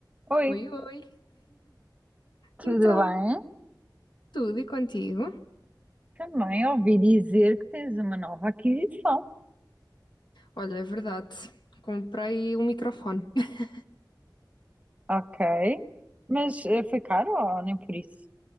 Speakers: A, on the right; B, on the left.
A: Oi,
B: Oi, oi.
A: tudo
B: Então,
A: bem?
B: tudo e contigo?
A: Também ouvi dizer que tens uma nova aquisição.
B: Olha, é verdade. Comprei um microfone. <laughs>
A: Ok. Mas eh, foi caro ou nem por isso?